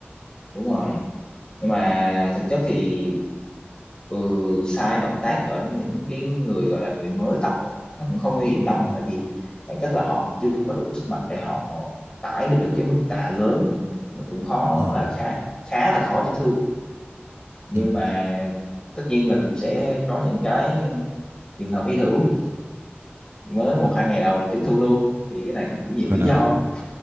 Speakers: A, on the left; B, on the right.
A: đúng rồi nhưng mà thực chất thì ừ, sai động tác ở những cái người gọi là người mới tập ấy, nó cũng không nguy hiểm lắm
B: ừ,
A: tại vì bản chất là họ chưa có đủ sức mạnh để họ tải được cái mức tạ lớn ấy. nó cũng khó
B: ừ,
A: là khá khá là khó chấn thương nhưng
B: ừ.
A: mà tất nhiên là cũng sẽ có những cái trường hợp hy hữu mới một hai ngày đầu chấn thương luôn thì cái này nó cũng nhiều
B: còn
A: lý
B: là
A: do